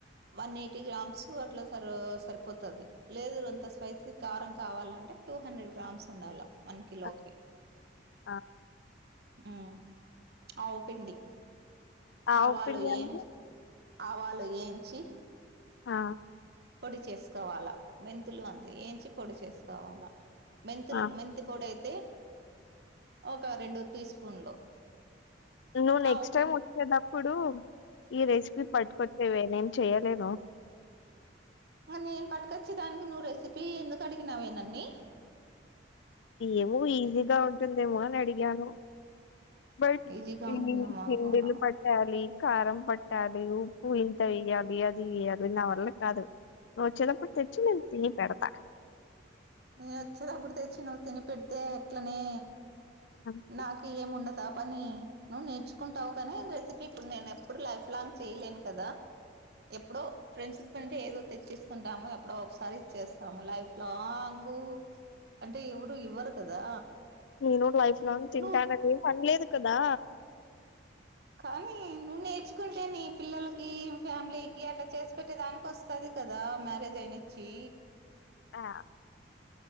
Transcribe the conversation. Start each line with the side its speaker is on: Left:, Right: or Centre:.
Right: వన్ ఎయిటీ గ్రామ్స్ అట్లా సరి సరిపోతుంది లేదు కొంత స్పైసీ కారం కావాలంటే టూ హండ్రెడ్ గ్రామ్స్ ఉండాలి. వన్ కిలోకి
Left: ఆ, ఆ.
Right: ఊ అవు పిండి
Left: ఆవ్
Right: ఆవాలు
Left: పిండి అంటే
Right: ఏంచి ఆవాలు ఏంచి
Left: ఆ
Right: పొడి చేసుకోవాలా. మెంతులు అంతే ఏంచి పొడి చేసుకోవాలా. మెంతుల్
Left: ఆ
Right: మెంతిపొడి ఐత్ ఐతే ఒక రెండు టీ స్పూన్లు
Left: నువ్వు నెక్స్ట్
Right: ఆవు
Left: టైమ్
Right: పిండి
Left: వచ్చేటప్పుడు ఈ రెసిపీ పట్టుకొచ్చేవే నేన్ చెయ్యలేను
Right: నేను పట్టుకొచ్చే దానికి నువ్వు రెసిపీ ఎందుకు అడిగినావే నన్ని
Left: ఏమో ఈజీగా ఉంటుందేమో అని అడిగాను. బట్
Right: ఈజీగా
Left: ఇన్ని
Right: ఉంటుందేమో
Left: పిండిలు
Right: అనుకున్నావు
Left: పట్టాలి కారం పట్టాలి. ఉప్పు ఇంత వెయ్యాలి. అది వేయాలి నా వల్ల కాదు. నువ్వు వచ్చేదప్పుడు తెచ్చి నేను తిని పెడతా.
Right: నేను వచ్చేటప్పుడు తెచ్చి నువ్వు తిని పెడితే ఎట్లనే
Left: అంతే
Right: నాకేంముండదు పాపని నువ్ నేర్చుకుంటావు కానీ, రెసిపి ఇప్పుడు నేను ఎప్పుడు లైఫ్ లాంగ్ చేయలేను కదా. ఎప్పుడో ఫ్రెండ్స్ కంటే ఏదో తెచ్చిస్తుంటాము. ఎప్పుడో ఒకసారి చేసి ఇస్తాం లైఫ్ లాంగ్ ఊ అంటే ఎవరు ఇవ్వరు కదా
Left: నేను లైఫ్ లాంగ్ తింటానని
Right: నువ్వు
Left: పన్లేదు కదా
Right: కానీ నువ్వు నేర్చుకుంటే నీ పిల్లలకి ఫ్యామిలీకి అట్లా చేసి పెట్టే దానికి వస్తది కదా మ్యారేజ్ అయినిచ్చి
Left: ఆ